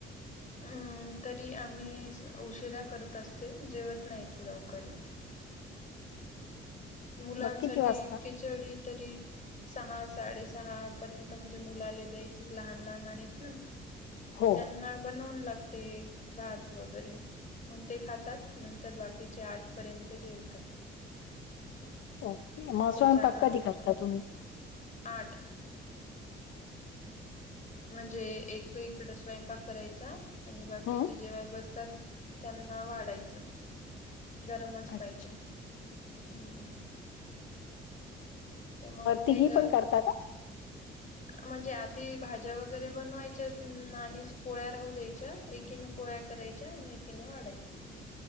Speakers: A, on the left (about 40°); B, on the left (about 75°).
A: हम्म, तरी आम्ही उशिरा करत असते जेवत नाहीत लवकर इथ. मुलांसाठी
B: मग किती वाजता?
A: खिचडी तरी सहा, साडेसहा पर्यंत म्हणजे मुलाले द्यायचे लहान, लहान आहेत ना.
B: हो
A: त्यांना बनवून लागते, भात वगैरे. मंग ते खातात, नंतर बाकीचे आठ पर्यंत जेवतात.
B: ओके, म
A: त्याच्यानंतर
B: स्वयंपाक कधी करता तुम्ही?
A: आठ. म्हणजे एक इकड स्वयंपाक करायचा आणि बाकीचे
B: हम्म
A: जेवाय बसतात. त्यांना वाढायचं, गरमच
B: अच्छा
A: पाहिजे, हम्म. त मग ते
B: तिघी
A: ग
B: पण करता का?
A: म्हणजे आधी भाज्या वगैरे बनवायच्यात आणि पोळ्या राहू द्यायच्या, ए कीनं पोळ्या करायच्या आणि एकीनं वाढायचं.